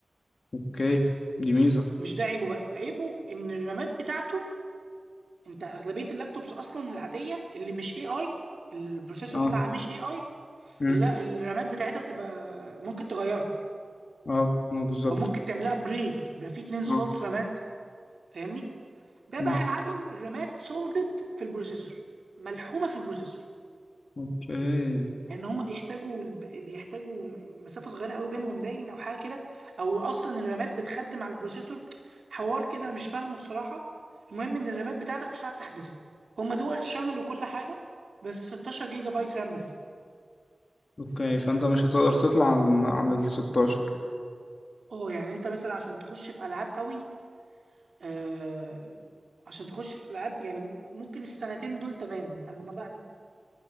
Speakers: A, on the left; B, on the right.
A: اوكي دي ميزه
B: مش ده عيبه بقى عيبه ان الرامات بتاعته انت اغلبيه اللابتوبس اصلا العاديه اللي مش اي اي البروسيسور
A: اه
B: بتاعها مش اي اي
A: مم.
B: لا الرامات بتاعتها بتبقى ممكن تغيرها
A: اه ما بالظبط
B: او ممكن تعملها ابجريد بقى فيه اتنين سلوتس
A: اه
B: رامات فاهمني ده
A: مم.
B: بقى يا معلم الرامات سولدد في البروسيسور ملحومه في البروسيسور
A: اوكي
B: لان هم بيحتاجوا الب- بيحتاجوا م- مسافه صغيره قوي بينهم باين او حاجه كده او اصلا الرامات بتخدم على البروسيسور حوار كده انا مش فاهمه الصراحه المهم ان الرامات بتاعتك مش هتعرف تحدثها هم دول شانل وكل حاجه بس 16 جيجا بايت رام بس
A: اوكي فانت مش هتقدر تطلع عن عن ال 16
B: اه يعني انت مثلا عشان تخش في العاب قوي آه عشان تخش في العاب يعني ممكن السنتين دول تمام انما بعد